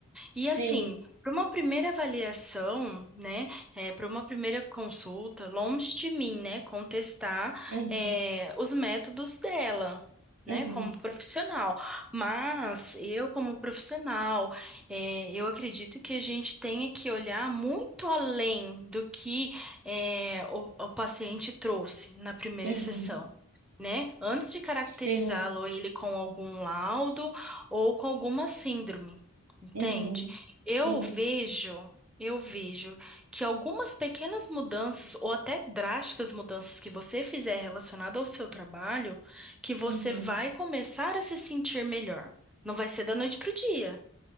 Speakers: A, in the centre; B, on the right.
A: E
B: Sim.
A: assim, para uma primeira avaliação, né, para uma primeira consulta, longe de mim, né, contestar
B: Uhum.
A: é, os métodos dela. Né,
B: Uhum.
A: como profissional, mas eu, como profissional, é, eu acredito que a gente tenha que olhar muito além do que é, o, o paciente trouxe na primeira
B: Uhum.
A: sessão, né? Antes de caracterizá-lo
B: Sim.
A: ele com algum laudo ou com alguma síndrome. Entende?
B: Uhum. Sim.
A: Eu vejo, eu vejo que algumas pequenas mudanças ou até drásticas mudanças que você fizer relacionado ao seu trabalho, que você
B: Uhum.
A: vai começar a se sentir melhor. Não vai ser da noite pro dia,